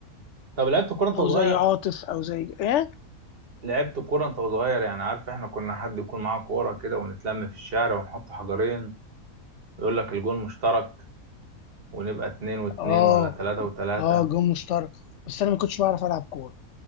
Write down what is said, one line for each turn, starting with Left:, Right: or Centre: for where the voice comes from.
Right: طب لعبت كوره انت
Left: او
Right: وصغير
Left: زي عاطف او زي ايه
Right: لعبت كورة انت وصغير يعني عارف احنا كنا حد يكون معاه كورة كده ونتلم في الشارع ونحط حجرين ويقول لك الجون مشترك ونبقى اتنين واتنين
Left: اه
Right: ولا تلاتة وتلاتة
Left: اه جون مشترك بس انا ما كنتش بعرف العب كوره